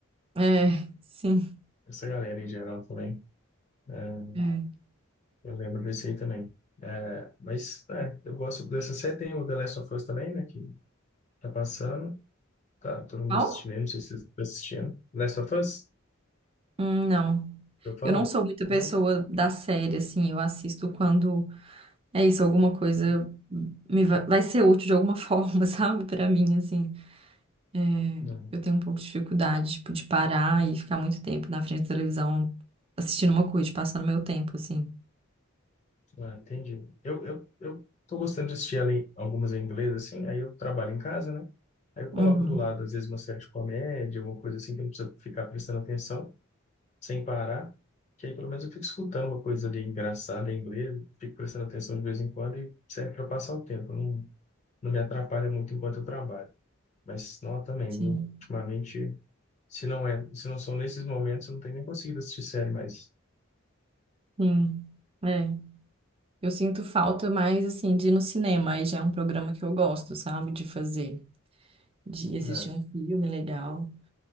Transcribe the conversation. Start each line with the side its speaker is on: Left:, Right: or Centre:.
Right: É, sim.
Left: essa galera em geral também. É,
Right: É.
Left: eu lembro desse aí também. É, mas, é, eu gosto dessa série. Tem o The Last of Us também, né? Que tá passando. Tá, todo mundo
Right: Qual?
Left: assistindo, aí, não sei se vocês estão assistindo. Last of Us?
Right: Hum, não.
Left: Deixa eu falar?
Right: Eu não sou muita pessoa
Left: Não?
Right: da série, assim. Eu assisto quando é isso, alguma coisa me va- vai ser útil de alguma <laughs> forma, sabe? Pra mim, assim. É,
Left: Não.
Right: eu tenho um pouco de dificuldade, tipo, de parar e ficar muito tempo na frente da televisão assistindo uma coisa, passando meu tempo, assim.
Left: Ah, entendi. Eu, eu, eu tô gostando de assistir ela em, algumas em inglês, assim, aí eu trabalho em casa, né? Aí eu coloco
Right: Uhum.
Left: do lado, às vezes, uma série de comédia, uma coisa assim que eu não precisa ficar prestando atenção, sem parar, que aí pelo menos eu fico escutando uma coisa ali engraçada em inglês, fico prestando atenção de vez em quando e serve para passar o tempo. Não, não me atrapalha muito enquanto eu trabalho. Mas não também,
Right: Sim.
Left: viu? ultimamente, se não é, se não são nesses momentos, eu não tenho nem conseguido assistir série mais.
Right: Sim. É. Eu sinto falta mais, assim, de ir no cinema. Aí já é um programa que eu gosto, sabe? De fazer, de assistir
Left: Né?
Right: um filme legal.